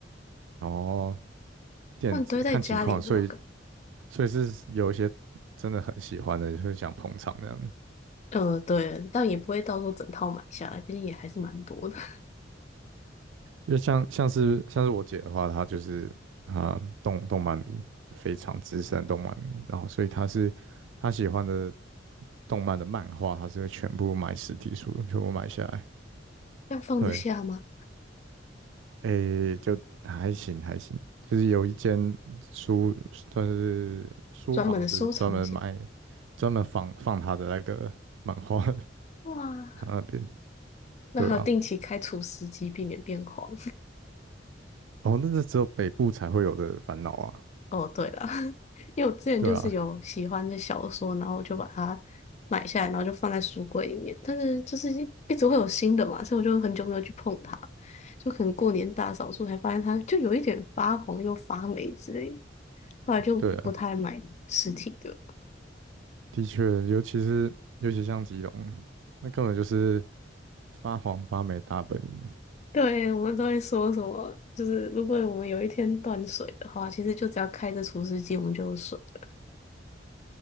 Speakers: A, on the right; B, on the left.
A: 然后电子看情况，
B: 不然堆在家里也不知道干嘛。
A: 所以所以是有一些真的很喜欢的，就是想捧场那样。
B: 呃，对，但也不会到时候整套买下来，毕竟也还是蛮多的。<laughs>
A: 就像像是像是我姐的话，她就是啊、动动漫迷，非常资深动漫迷，然后所以她是她喜欢的动漫的漫画，她是会全部买实体书，全部买下来。
B: 要放得下吗？
A: 对，诶、就还行还行，就是有一间书算是书房是专门卖，
B: 专门的收藏间。
A: 专门放放她的那个漫画的，
B: 哇，
A: 她那边
B: 那还要定期开除湿机，
A: 对啊，
B: 避免变黄。
A: 哦，那个只有北部才会有的烦恼啊，
B: <laughs> 哦，对了，<laughs> 因为我之前就是有喜欢的小说，
A: 对啊。
B: 然后我就把它买下来，然后就放在书柜里面。但是就是一直会有新的嘛，所以我就很久没有去碰它。就可能过年大扫除才发现它就有一点发黄又发霉之类的，后来就不太买实体的了。
A: 对啊。的确，尤其是尤其像基隆，那根本就是发黄发霉大本营，
B: 对，我们都会说什么，就是如果我们有一天断水的话，其实就只要开着除湿机，我们就有水了